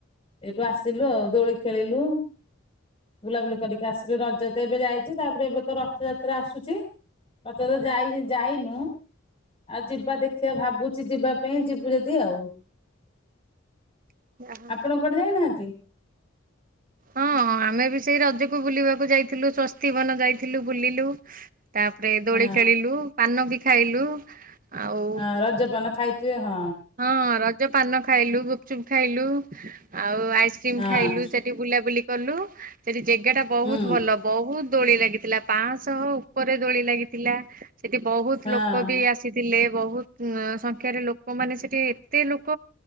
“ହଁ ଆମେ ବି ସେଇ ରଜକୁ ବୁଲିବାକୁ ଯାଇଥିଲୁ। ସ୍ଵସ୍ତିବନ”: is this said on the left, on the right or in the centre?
Right